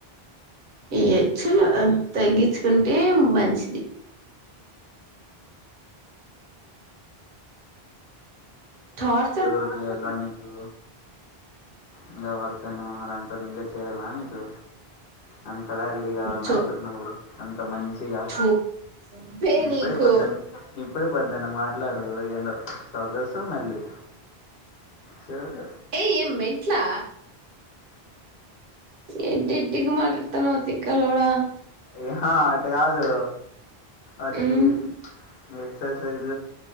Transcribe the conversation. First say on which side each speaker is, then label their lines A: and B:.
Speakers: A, on the right (about 55°); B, on the left (about 60°).
A: ఈ హెచులు తగ్గించుకుంటే మంచిది చార్
B: ఇదేయాలా నీకు ఇలా వతనవ్ నోరని ఇంకా చేయాల నీకు అంతలా రెడీ కావాల
A: చో
B: ఇప్పుడు నువ్వు అంత మంచి ఇగ
A: చూప్పే
B: ఇప్పుడే
A: నీకు
B: పోదున్ ఇప్పుడే పోదు దాన్ని మాట్లాడు ఏందో సొగసు మళ్ళీ చూడు
A: ఏ ఏం మెంట్లా ఎడ్ది ఎడ్దిగ మాట్లాడతానవ తిక్కలోడా
B: ఏహా అట కాదు అది
A: ఉమ్
B: ఎక్సర్సైజ్